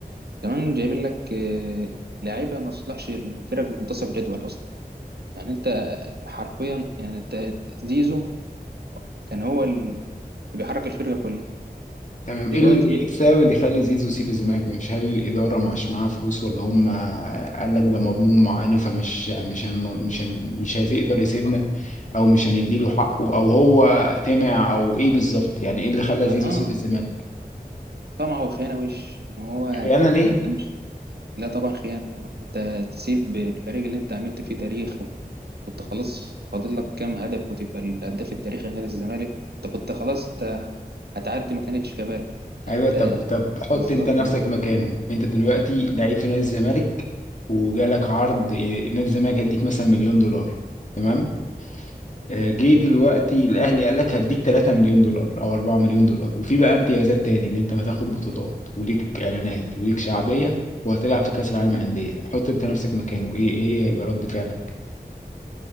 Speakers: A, on the right (about 80°); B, on the left (about 50°).
A: كمان جايبين لك آه، لعيبة ما تصلحش الفرق منتصف الجدول أصلا يعني أنت حرفيا يعني أنت زيزو كان هو اللي بيحرك الفرقة كلها
B: تمام
A: دلوقتي
B: ايه ال- ايه السبب اللي يخلي زيزو يسيب الزمالك ويمشي هل الاداره مش معاها فلوس ولا هم قال لك ده مضمون معانا فمش مش هن مش هن مش هيقدر يسيبنا او مش هنديله حقه او هو طمع او ايه بالظبط يعني ايه اللي خلى
A: اه
B: زيزو يسيب الزمالك
A: طمع وخيانه وش ما هو يعني
B: خيانة ليه؟
A: ما انت مش لا طبعا خيانه انت تسيب الفريق اللي انت عملت فيه تاريخ وكنت خلاص فاضل لك كام هدف وتبقى الهداف التاريخي لنادي الزمالك انت كنت خلاص انت هتعدي ما كانتش كبالة يعني
B: ايوه
A: انت
B: طب طب حط
A: بالظبط
B: انت نفسك
A: يعني
B: مكانه انت دلوقتي لعيب في نادي الزمالك وجالك عرض إيه، نادي الزمالك هيديك مثلا مليون دولار تمام آه، جه دلوقتي الاهلي قال لك هديك 3 مليون دولار او 4 مليون دولار وفي بقى امتيازات تاني اللي انت هتاخد بطولات وليك اعلانات وليك شعبيه وهتلعب في كاس العالم للانديه حط انت نفسك مكانه ايه ايه هيبقى رد فعلك